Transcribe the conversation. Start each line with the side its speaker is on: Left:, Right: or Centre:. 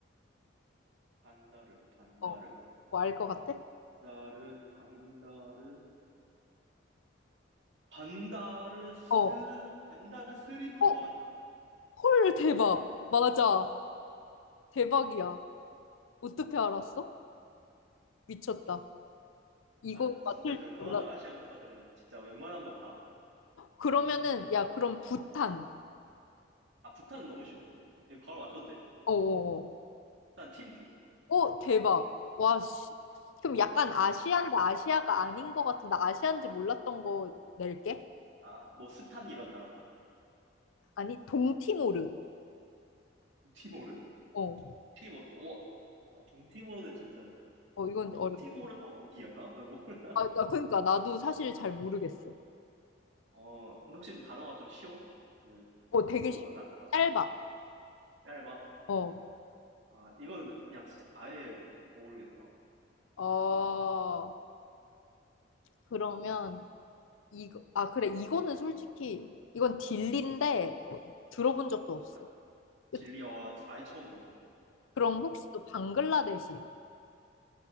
Right: 반다르, 반다르,
Left: 어, 뭐알 것 같아?
Right: 반다르, 반다르, 반다르스,
Left: 어,
Right: 반다르스리브
Left: 어,
Right: 가완이다.
Left: 헐, 대박. 맞아. 대박이야. 어떻게 알았어? 미쳤다. 이거
Right: 아, 나 진짜
Left: 맞출
Right: 웬만한
Left: 줄 몰랐다.
Right: 아시아 국가들은 진짜 웬만한 거 다.
Left: 그러면은, 야, 그럼 부탄.
Right: 아, 부탄은 너무 쉬워, 근데. 바로 맞춰도 돼?
Left: 어어어.
Right: 일단 팀푸.
Left: 어, 어. 어, 대박. 와, 씨. 그럼 약간 아시안데 아시아가 아닌 것 같은, 나 아시안지 몰랐던 거 낼게.
Right: 아, 뭐 스탄 이런 나라인가?
Left: 아니, 동티모르.
Right: 동티모르?
Left: 어,
Right: 동티모르. 와, 와, 동티모르는 진짜
Left: 어, 이건
Right: 동티모르가
Left: 어렵다.
Right: 어디야? <laughs> 나 몰라.
Left: 아, 나, 그러니까, 나도 사실 잘 모르겠어.
Right: 어, 근데 혹시 좀 단어가 좀 쉬워? 그
Left: 어, 되게
Right: 수도
Left: 쉽
Right: 나 단어가
Left: 짧아.
Right: 짧아.
Left: 어,
Right: 아, 이거는 그냥 진짜 아예 모르겠다.
Left: 어. 그러면 이거 아 그래 이거는 솔직히 이건 딜리인데 어, 들어본 적도 없어.
Right: 아,
Left: 그-
Right: 딜리 어, 아예 처음 들어봐.
Left: 그럼
Right: 어,
Left: 혹시 또 방글라데시?